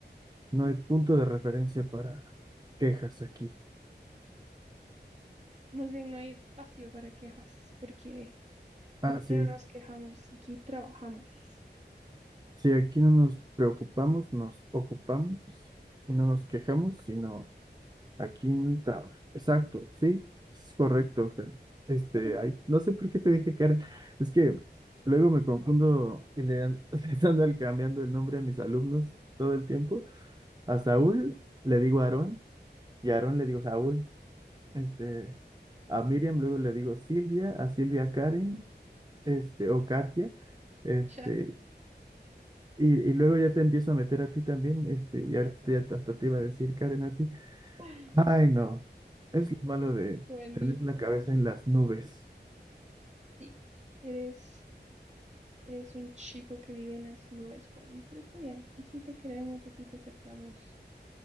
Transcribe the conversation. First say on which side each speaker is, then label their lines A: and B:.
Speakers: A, on the right; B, on the right.
A: no
B: Qué
A: hay
B: bu-
A: punto de referencia para quejas aquí.
B: Más bien no hay espacio para quejas, porque
A: Ah,
B: aquí
A: sí,
B: no nos quejamos, aquí trabajamos.
A: si aquí no nos preocupamos, nos ocupamos y no nos quejamos, sino Aquí en Tower. Exacto, sí, es correcto, Fer. Este,
B: <laughs>
A: ay, no sé por qué te dije Karen. Es que luego me confundo y le, an- <laughs> les ando al- cambiando el nombre a mis alumnos todo el tiempo. A Saúl le digo Aarón y a Aarón le digo Saúl. Este, a Miriam luego le digo Silvia, a Silvia Karen, este, o Katia. Este,
B: Chale.
A: y, y luego ya te empiezo a meter a ti también, este, y ahorita ya hasta te iba a decir Karen a ti.
B: <laughs>
A: Ay, no. Es lo malo de
B: Juani,
A: tener
B: Juani,
A: la cabeza en
B: Juani.
A: las nubes.
B: Sí, eres, eres un chico que vive en las nubes, Juani, pero está bien, así te queremos, así te aceptamos.